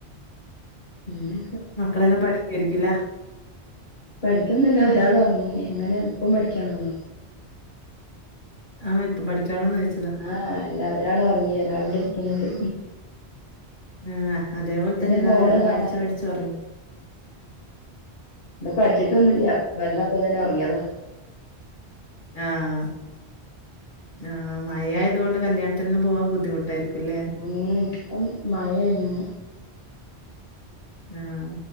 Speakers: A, on the left; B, on the left.
A: പിന്നെ
B: മക്കളെല്ലാം പഠിക്കായിരിക്കുലെ?
A: പഠിക്കുന്നല്ല ഒരാൾ ഒർങ്ങി എങ്ങനെ ഇപ്പം പഠിക്കണെന്നോ?
B: ആഹ്പ്പൊ പഠിക്കണോന്ന ചോയ്ച്ചെ?
A: ആഹ് അല്ല ഒരാൾ ഒർങ്ങി ഒരാള് ഇവടെ ഇരിക്ക്ണ് ഇണ്ട്.
B: ഉം അതേപോലെതെന്നെ
A: ഇതിന്
B: ഇതാ
A: ഫോണ്
B: ഒരാള്
A: കാണാന്
B: പഠിച്ച്, പഠിച്ച് ഒർങ്ങി.
A: ത് പഠിച്ചിട്ടൊന്നുല്ല വെല്ലെ അപ്പൊതെന്നെ ഒറങ്ങിയതാ.
B: ആഹ് ആഹ് മഴയതോണ്ട് കല്യാണത്തിനൊന്നും പോവാൻ ബുദ്ധിമുട്ടായിരിക്കും. അല്ലേ
A: ഉം അയ്ന് മഴന്ന്
B: ആഹ്